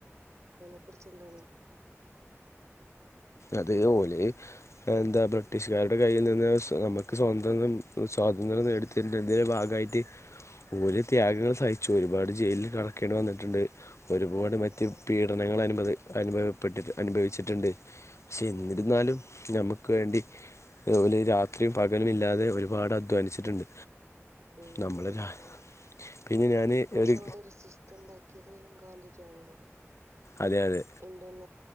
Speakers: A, on the right (about 80°); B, on the left (about 65°).
A: അയിനെ കുറിച്ചെന്താണ്?
B: അതേ ഒലെ എന്താ ബ്രിട്ടീഷുകാരുടെ കയ്യിൽനിന്ന് നമ്മക്ക് സ്വതന്ത്ര്യം സ്വാതന്ത്ര്യം നേടി തിന്റെ ന്തേ ഭാഗായിട്ട് ഓല് ത്യാഗങ്ങൾ സഹിച്ചു ഒരുപാട് ജയിലില് കെടക്കേണ്ടി വന്ന്ട്ട്ണ്ട് ഒരുപാട്
A: ഉം
B: മറ്റ് പീഡനങ്ങള് അനു അനുഭവപ്പെട്ടിട്ട് അനുഭവിച്ചിട്ടുണ്ട് പക്ഷെ എന്നിരുന്നാലും
A: ഉം
B: നമ്മുക്ക് വേണ്ടി ഓല് രാത്രീം പകലും ഇല്ലാതെ ഒരുപാട് അധ്വാനിച്ചിട്ടുണ്ട്
A: ആ
B: നമ്മള്
A: ആ
B: രാ പിന്നെ ഞാന്
A: ഇതുപോലെ
B: ഒരു ഓരവിടെ
A: അവിടൊരു സി ദ്ധണ്ടാക്കിയത് ഗാന്ധിജിയാണല്ലോ
B: അതെ അതെ
A: Indian